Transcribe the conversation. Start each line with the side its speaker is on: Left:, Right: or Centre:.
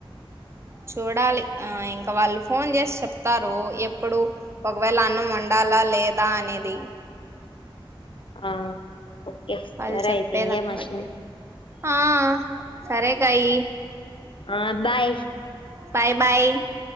Right: చూడాలి ఆ ఇంకా వాళ్ళు ఫోన్ చేసి చెప్తారు ఎప్ ఇప్పుడు ఒకవేళ అన్నం వండాలా లేదా అనేది
Left: ఆ ఓకే
Right: వాళ్ళు
Left: సరే
Right: చెప్పేదాన్ని
Left: అయితే ఇంగే మషిన్
Right: బట్టి ఆ సరే కాయి
Left: ఆ బాయ్
Right: బాయ్ బాయ్